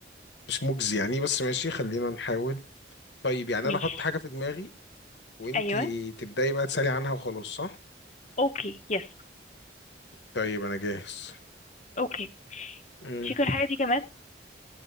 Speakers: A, on the left; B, on the left.
A: مش مجزي يعني بس ماشي خلينا نحاول طيب يعني
B: ماشي
A: انا احط حاجة في دماغي وانتي
B: أيوه
A: تبدأي بقى تسألي عنها وخلاص صح
B: اوكي يس
A: طيب انا جاهز
B: اوكي
A: مم.
B: شكرا الحاجة دي جماد